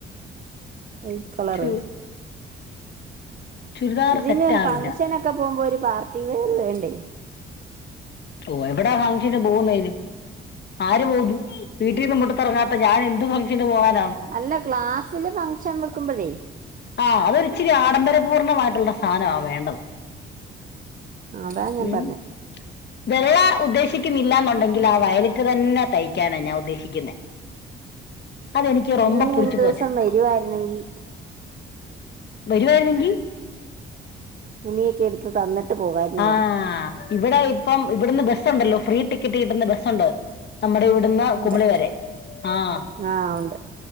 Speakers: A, on the right (about 45°); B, on the left (about 60°).
A: വൈറ്റ് കളറ്
B: ചു ചുരിദാർ
A: ഇതിന്
B: സെറ്റ് ആവില്ല
A: ഫങ്ഷനൊക്കെ പോകുമ്പോ ഒരു പാർട്ടി വെയർ വേണ്ടേ
B: ഓ എവിടാ ഫങ്ഷന് പോകുന്നതിന് ആര് പോകു വീട്ടിൽന്നുമ്പോട്ട്ത്തിറങ്ങാത്ത ഞാൻ എന്ത് ഫംഗ്ഷന് പോകൻ
A: അല്ല ക്ലാസ്സില് ഫംഗഷൻ വെക്കുമ്പോഴേ
B: ആ അതൊരിച്ചിരി ആഡംബരപൂർണ്ണമായിട്ടുള്ള സാധനമാ വേണ്ടത്
A: ആ അതാ ഞാൻ
B: ഉം
A: പറഞ്ഞ
B: വെള്ള ഉദ്ദേശിക്കുന്നില്ലന്നുണ്ടെങ്കിൽ ആ വയലിറ്റ് തന്നെ തയ്ക്കാനാണ് ഞാൻ ഉദ്ദേശിക്കുന്ന അത് എനിക്ക് രൊമ്പ
A: നീ
B: പിടിച്ചു
A: ഒരു ദിവസം
B: പോച്ചേ
A: വരുവായിരുന്നെങ്കി
B: വരുവായിരുന്നെങ്കിൽ
A: ഉണിയൊക്കെ എടുത്ത് തന്നിട്ട് പോകായിരുന്നു
B: ആ
A: നിനക്ക്
B: ഇവിടെ ഇപ്പം ഇവിടുന്ന് ബസ്സുണ്ടല്ലോ ഫ്രീ ടിക്കറ്റ് കിട്ടുന്ന ബസ്സുണ്ടോ നമ്മുടെ ഇവിടുന്ന്
A: ഉണ്ട്
B: കുമിളി വരെ ആഹ
A: ആഹ് ഉണ്ട്